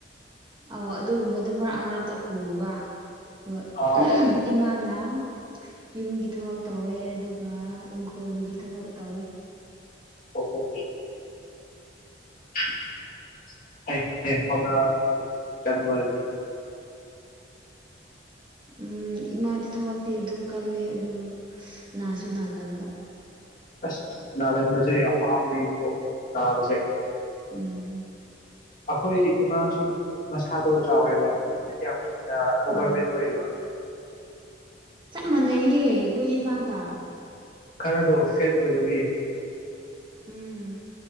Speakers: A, on the right; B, on the left.
A: ꯑ ꯑꯗꯨꯒꯨꯝꯕꯗꯨ ꯃꯔꯛ ꯃꯔꯛꯇ ꯄꯨꯕ ꯍꯣꯏ
B: ꯑꯥ
A: ꯏꯃꯥꯅ ꯌꯨꯝꯒꯤ ꯊꯕꯛ ꯇꯧꯋꯦ ꯑꯗꯨꯒ ꯏꯪꯈꯣꯜꯒꯤ ꯊꯕꯛ ꯇꯧꯋꯦ꯫
B: <unintelligible> <unintelligible>
A: ꯎꯝ ꯏꯃꯥꯗꯤ ꯊꯕꯛꯇꯤ ꯑꯗꯨꯝ ꯀꯜꯂꯦ ꯑꯗꯣ ꯅꯥꯁꯨ ꯅꯥꯒꯟꯕ꯫
B: ꯑꯁ ꯅꯥꯒꯟꯕꯖꯦ ꯌꯥꯝ ꯋꯥꯕꯅꯤꯕꯣ ‌ꯅꯥꯕꯖꯦ
A: ꯎꯝ
B: ꯑꯈꯣꯏ ꯏꯃꯥꯁꯨ ꯃꯁꯥꯗꯣ ꯆꯥꯎꯋꯦꯕ꯫ ꯌꯥꯝꯅ ꯑꯣꯚꯔꯋꯦꯠ
A: ꯎꯝ
B: ꯑꯣꯏꯔꯤꯕ
A: ꯆꯞ ꯃꯥꯟꯅꯩꯌꯦ ꯑꯩꯈꯣꯏ ꯏꯃꯥꯒ꯫
B: ꯈꯔꯗꯣ ꯐꯦꯠ ꯑꯣꯏꯕꯒꯤ
A: ꯎꯝ